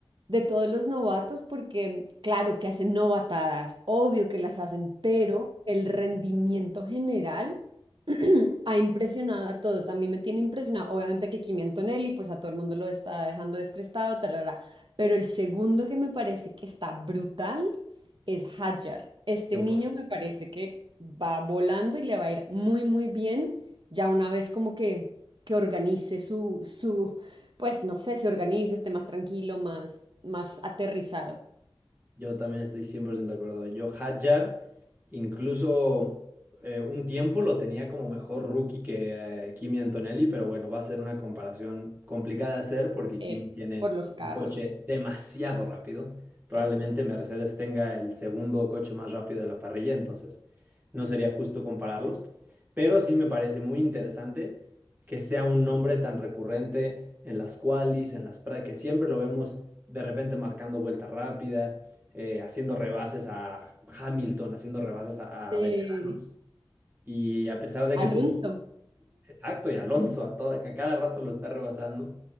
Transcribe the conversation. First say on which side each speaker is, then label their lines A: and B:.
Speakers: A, on the right; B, on the right.
A: de todos los novatos, porque claro que hacen novatadas, obvio que las hacen, pero el rendimiento general <clears throat> ha impresionado a todos. A mí me tiene impresionado, obviamente que Kimi Antonelli, pues a todo el mundo lo está dejando descrestado, tarara. Pero el segundo que me parece que está brutal es Hadjar. Este
B: Cien
A: niño
B: por 100%.
A: me parece que va volando y le va a ir muy, muy bien. Ya una vez como que, que organice su, su, pues no sé, se organice, esté más tranquilo, más, más aterrizado
B: Yo también estoy 100% de acuerdo. Yo Hadjar, incluso eh, un tiempo lo tenía como mejor rookie que eh, Kimi Antonelli, pero bueno, va a ser una comparación complicada de hacer porque
A: eh,
B: Kimi tiene
A: por los carros.
B: un coche demasiado rápido. Probablemente
A: Sí.
B: Mercedes tenga el segundo coche más rápido de la parrilla, entonces no sería justo compararlos. Pero sí me parece muy interesante que sea un nombre tan recurrente en las qualis, en las prácticas, que siempre lo vemos de repente marcando vuelta rápida eh, haciendo rebases a Hamilton, haciendo rebases a,
A: Sí,
B: a veteranos. Y a pesar de
A: Alonso.
B: que tuvo, exacto, y Alonso a, toda, a cada rato lo está rebasando.